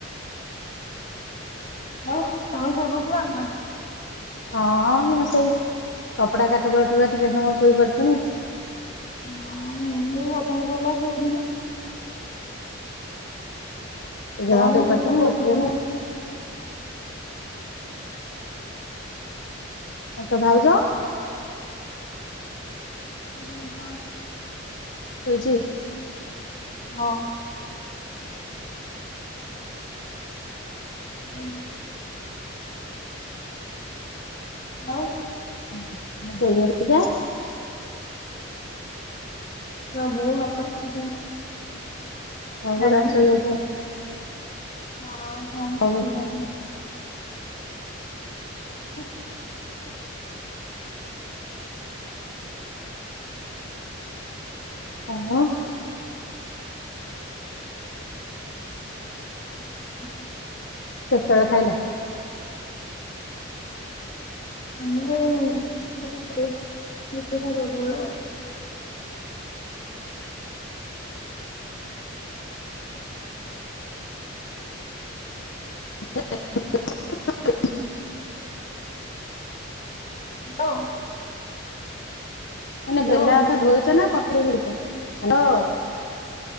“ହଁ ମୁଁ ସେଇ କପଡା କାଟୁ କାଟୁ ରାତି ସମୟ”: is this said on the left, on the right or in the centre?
Left